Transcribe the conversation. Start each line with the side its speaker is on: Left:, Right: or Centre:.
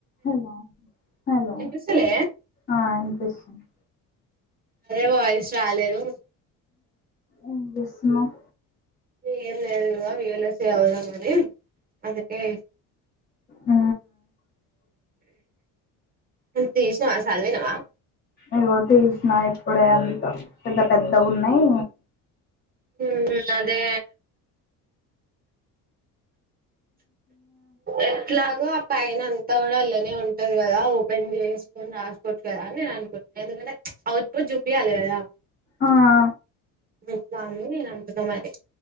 Left: హలో హలో
Right: వినిపిస్తలే
Left: ఆ ఇనిపిస్తుంది
Right: అదే వాయిస్ రాలేదు
Left: ఎం చేస్తున్నవ్
Right: ఏం లేదు ఇగొ విల్లోళ్ళొస్తే ఆగుదామని అందుకే
Left: ఆ
Right: నువు తీషినవా సదివినవా
Left: ఇగో తిసిన ఇప్పుడే అంత పెద్ద పెద్దగున్నాయి
Right: ఉమ్ అదే ఎట్లాగో అప్ పైన అంతా గూడా అల్లనే ఉంటది గదా ఓపెన్ చేసుకొని రాసుకోవచ్చు కదా అని నేను అనుకుట్నా ఎందుకంటే అవుట్పుట్ చూపియాలె కదా
Left: ఆ ఆ
Right: ఎట్ల అని నేను అంటున్న మరి